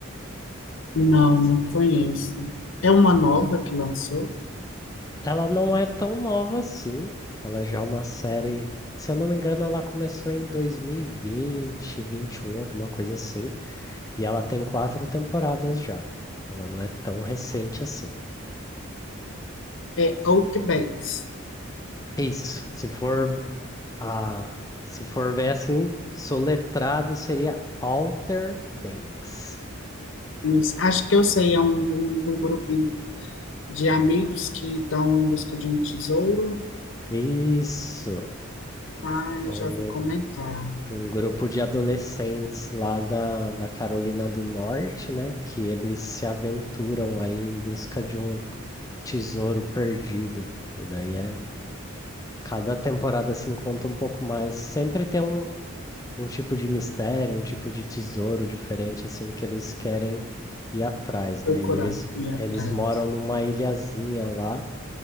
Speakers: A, on the left; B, on the left.
A: Não, não conheço. É uma nova que lançou?
B: Ela não é tão nova assim. Ela já é uma série, se eu não me engano, ela começou em dois mil e vinte, vinte e um, alguma coisa assim. E ela tem quatro temporadas já. Ela não é tão recente assim.
A: É Outbacks.
B: Isso. Se for a, se for ver assim, soletrado seria Outer Banks.
A: Isso. Acho que eu sei, é um, de um, de um grupinho de amigos que estão em busca de um tesouro.
B: Isso.
A: Ah,
B: Um,
A: eu já vi comentar.
B: um grupo de adolescentes lá da, da Carolina do Norte, né? Que eles se aventuram aí em busca de um tesouro perdido. E daí é. Cada temporada se conta um pouco mais. Sempre tem um, um tipo de mistério, um tipo de tesouro diferente, assim, que eles querem ir atrás,
A: Procurar,
B: né? E eles,
A: ir atrás.
B: eles moram numa ilhazinha lá,